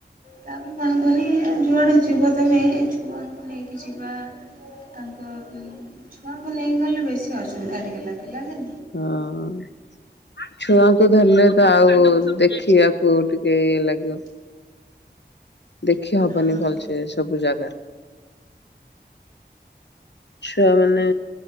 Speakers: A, on the right; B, on the left.
A: ତାପରେ କଣ କୁହନି ଯୁଆଡ଼େ ଯିବ ତମେ ଏଇ ଛୁଆଙ୍କୁ ନେଇକି ଯିବା ତାଙ୍କ ଛୁଆଙ୍କୁ ନେଇକି ଗଲେ ବେଶୀ ଅସୁବିଧା ଟିକେ ଲାଗିଲା ଯେ।
B: ହଁ ଛୁଆଙ୍କୁ ଧଲେ ତ ଆଉ ଦେଖିବାକୁ ଟିକେ ଇଏ ଲାଗିବ। ଦେଖି ହବନି
A: ହଁ
B: ଭଲସେ ସବୁ ଜାଗା। ଛୁଆମାନେ